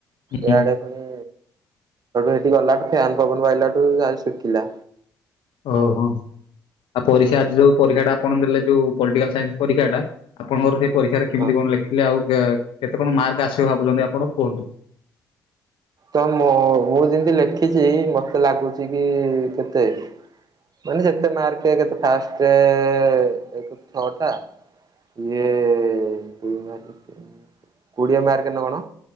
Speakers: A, on the left (about 60°); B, on the right (about 40°).
A: ହୁଁ।
B: ଇଆଡେ ଫୁଣି ହେଠୁ ଗଲା ଫ୍ୟାନ ପବନ ବାଜିଲାଠୁ ଯାହେଲେ ଶୁଖିଲା।
A: ଓହୋ। ଆପ ପରୀକ୍ଷା ଆଜି ଯୋଉ ପରୀକ୍ଷା ଟା ଆପଣ ଦେଲେ ଯୋଉ ପଲିଟିକାଲ ସାଇନ୍ସ ପରୀକ୍ଷା ଟା ଆପଣଙ୍କର ସେ ପରୀକ୍ଷାରେ କେମିତି
B: ହଁ।
A: କଣ ଲେଖିଲେ ଆଉ କେ କେତେ କଣା ମାର୍କ ଆସିବ ଭାବୁଛନ୍ତି ଆପଣ କୁହନ୍ତୁ।
B: ତ ମୁଁ ମୁଁ ଯେମିତି ଲେଖିଛି ମତେ ଲାଗୁଛି କି କେତେ ମାନେ ଯେତେ ମାର୍କ ଯେତେ ଫାଷ୍ଟ ଏକ ଛଅ ଟା। ଇଏ ଦୁଇ ମାସ କେତେ କୋଡିଆ ମାର୍କନା କଣ